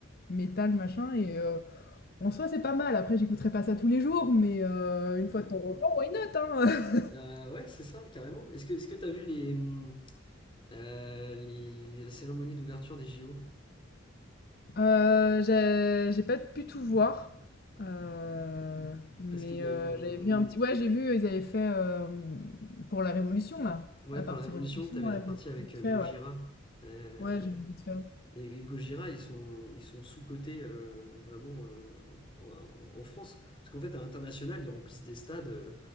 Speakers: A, on the left; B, on the left.
A: métal machin et heu, en soi c'est pas mal. Après j'écouterai pas ça tous les jours, mais heu, une fois de temps en temps, why not, hein?
B: Euh, ouais, c'est ça, carrément. Est-ce que, est-ce que t'as vu les, hum, euh, les, les- la cérémonie d'ouverture des JO
A: Heu, j'ai j'ai pas pu tout voir, heu, mais
B: Parce qu'il y
A: heu,
B: a eu un.
A: j'avais vu un petit ouais, j'ai vu, ils avaient fait, hem, pour la Révolution, là,
B: Ouais,
A: la
B: pour
A: partie
B: la Révolution,
A: Révolution,
B: t'avais
A: ouais,
B: la partie
A: j'ai vu
B: avec
A: vite
B: euh,
A: fait,
B: Gojira.
A: ouais.
B: Euh,
A: Ouais, j'ai vu vite fait.
B: Et, et Gojira, ils sont, ils sont sous-cotés euh, vraiment euh, en, en France. Parce qu'en fait, à l'international, ils remplissent des stades, euh,